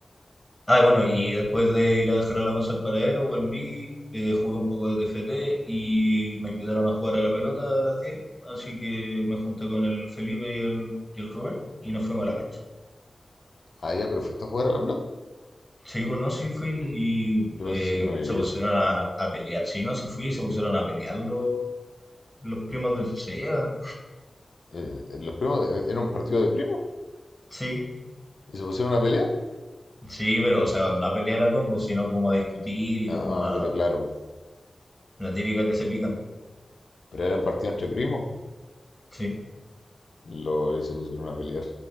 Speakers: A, in the centre; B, on the left.
A: Ah, bueno, y después de ir a dejar a la moza al paradero, volví, eh, jugué un poco de TFT y me invitaron a jugar a la pelota a las 10, así que me junté con el Felipe y el, y el Rubén y nos fuimos a la cancha.
B: Ah, ya, pero fuiste a jugar a la pelota.
A: Sí, bueno, sí fui
B: Yo,
A: y
B: yo
A: eh,
B: pensé que no había
A: se
B: ido.
A: pusieron a, a pelear, sí, no, sí fui y se pusieron a pelear los, los primos del SEA.
B: Eh, eh, los primos, eh, ¿era un partido de primos?
A: Sí,
B: ¿Y se pusieron a pelear?
A: sí, pero o sea, no a pelear a combo, sino como a discutir y
B: Ah,
A: como a
B: pero claro, po.
A: la típica que se pican.
B: pero eran partido entre primos.
A: Sí.
B: Lo, y se pusieron a pelear.